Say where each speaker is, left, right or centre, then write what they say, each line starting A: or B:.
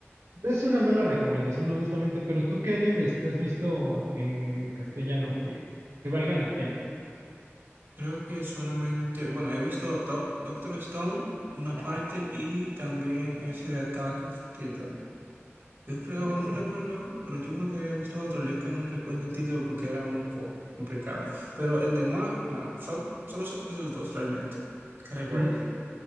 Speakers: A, on the right (about 80°); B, on the right (about 45°).
A: No es una mala recomendación, honestamente, pero ¿tú qué animes has visto en castellano que, que valgan la pena?
B: Creo que solamente, bueno, he visto Doc- Doctor Stone, una
A: Ajá.
B: parte y también ese de Attack of Titan. Yo creo,
A: Mm.
B: no recuerdo, pero yo creo que había visto otro lío que no recuerdo el título porque era un poco complicado. Pero el de más, solo, solo esos esos dos realmente, que recuerde.
A: El de-